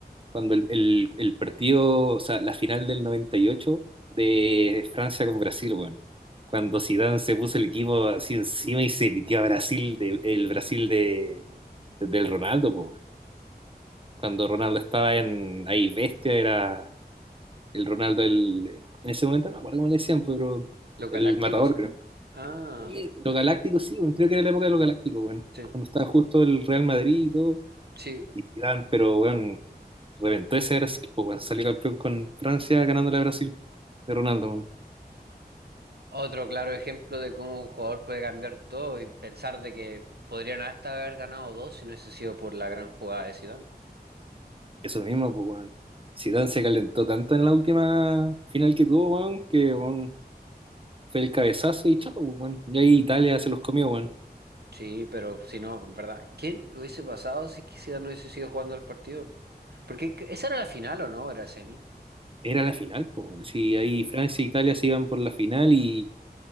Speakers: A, on the right; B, on the right.
A: cuando el, el, el partido, o sea, la final del 98 de Francia con Brasil, weón. Cuando Zidane se puso el equipo así encima y se pitió a Brasil, de- el Brasil de, del Ronaldo, po, weón. Cuando Ronaldo estaba en ahí bestia, era el Ronaldo, el, en ese momento no me acuerdo cómo le decían, pero
B: Los
A: el
B: Galácticos,
A: matador,
B: creo.
A: creo.
B: Ah,
A: Eh, Lo galáctico, sí, bueno, creo que era la época de lo galáctico, bueno,
B: sí,
A: cuando estaba justo el Real Madrid y todo,
B: sí.
A: y Zidane, pero bueno, reventó ese Brasil, pues bueno, salió campeón con Francia ganándole a Brasil de Ronaldo, bueno.
B: Otro claro ejemplo de cómo un jugador puede cambiar todo y pensar de que podrían hasta haber ganado dos si no hubiese sido por la gran jugada de Zidane.
A: Eso mismo, pues bueno. Zidane se calentó tanto en la última final que tuvo, bueno, que bueno, fue el cabezazo y chao, pues, bueno. Y ahí Italia se los comió, bueno.
B: Sí, pero si no, en verdad, ¿quién hubiese pasado si quisiera no hubiese sido jugando el partido? Porque que- esa era la final o no, era semi.
A: Era la final, pues, weón. Sí,
B: Uh.
A: ahí Francia e Italia se iban por la final y